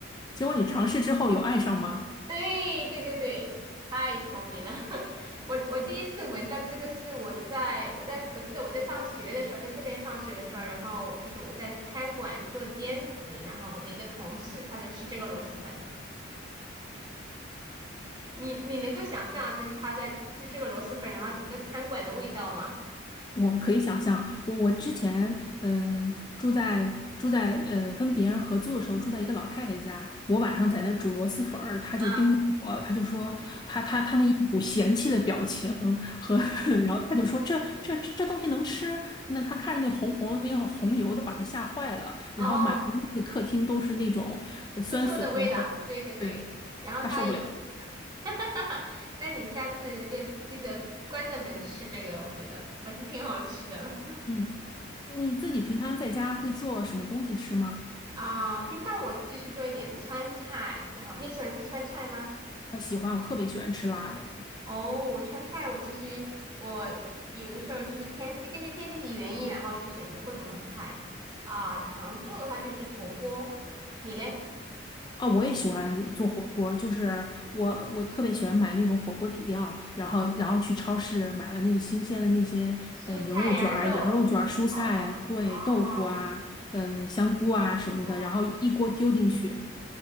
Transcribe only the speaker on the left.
结果你尝试之后有爱上吗？
我可以想象，我我之前嗯、呃住在住在呃跟别人合租的时候，住在一个老太太家，我晚上在那煮螺蛳粉儿，她就盯着我，
她就说她她她那一股嫌弃的表情和，<laughs> 然后她就说这这这这东西能吃？那她看着那红红的那个红油都把她吓坏了，
然后满屋子客厅都是那种呃酸笋的味儿，
对，
她受不了。
嗯，你自己平常在家会做什么东西吃吗？
我喜欢，我特别喜欢吃辣的。
哦，我也喜欢做火锅儿，就是我我特别喜欢买那种火锅底料，然后然后去超市买了那个新鲜的那些呃牛肉卷儿、
羊肉卷儿、蔬菜，
对，豆腐啊，呃香菇啊什么的，
然后一锅丢进去，